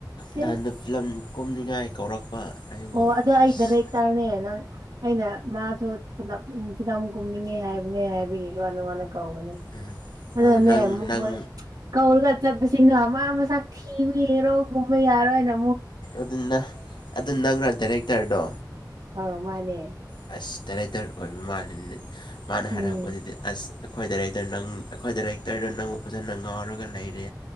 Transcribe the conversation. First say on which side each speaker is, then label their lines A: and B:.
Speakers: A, on the left; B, on the right.
A: ꯅꯍꯥꯟꯅ
B: ꯏꯁ
A: ꯐꯤꯂꯝ ꯀꯨꯝꯅꯤꯡꯉꯥꯏ ꯀꯧꯔꯛꯄ ꯑꯩꯕꯨ
B: ꯑꯣ ꯑꯗꯣ ꯑꯩ
A: ꯑꯁ
B: ꯗꯔꯦꯛ ꯇꯔꯅꯦ ꯅꯪ ꯑꯩꯅ ꯃꯥꯁꯨ ꯐꯂꯞ ꯐꯤꯂꯝ ꯀꯨꯝꯅꯤꯡꯉꯦ ꯍꯥꯏꯕꯅꯦ ꯍꯥꯏꯕꯒꯤꯀꯣ ꯅꯉꯣꯟꯗ ꯀꯧꯒꯅꯤ
A: ꯎꯝ
B: ꯑꯗꯨꯅꯦ
A: ꯑꯣ ꯅꯪ
B: ꯃꯨꯛ
A: ꯅꯪ
B: ꯃꯣꯢ ꯀꯧꯔꯒ ꯆꯠꯄꯁꯤꯡꯅꯣ ꯑꯃ ꯃꯁꯛ ꯊꯤꯕ ꯒꯥ ꯍꯦꯔꯣꯒꯨꯝꯕ ꯌꯥꯔꯣꯏ ꯍꯥꯏꯅ
A: ꯑꯗꯨꯅ ꯑꯗꯨ ꯅꯪꯔ ꯗꯥꯏꯔꯦꯛꯇꯔꯗꯣ
B: ꯑ ꯃꯥꯅꯦ
A: ꯑꯁ ꯗꯥꯏꯔꯦꯛꯇꯔ ꯑꯣꯏꯕ ꯃꯥꯜꯂꯤꯅꯤ ꯃꯥꯅ ꯍꯥꯏꯔꯛꯄꯗꯨꯗꯤ
B: ꯎꯝ
A: ꯑꯁ ꯑꯩꯈꯣꯏ ꯗꯥꯏꯔꯦꯛꯇꯔ ꯅꯪ ꯑꯩꯈꯣꯏ ꯗꯥꯏꯔꯦꯛꯇꯔꯗꯨ ꯅꯪꯕꯨ ꯐꯖꯅ ꯉꯥꯎꯔꯒ ꯂꯩꯔꯦ